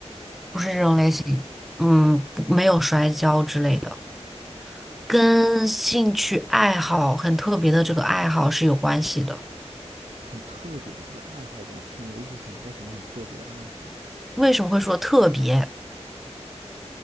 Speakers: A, in the centre; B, on the right (about 65°).
A: 不是这种类型。嗯，不没有摔跤之类的，跟兴趣爱好很特别的这个爱好是有关系的。
B: 很特别的这个爱好，我的天，我一直想不到什么很特别的爱好。
A: 为什么会说特别？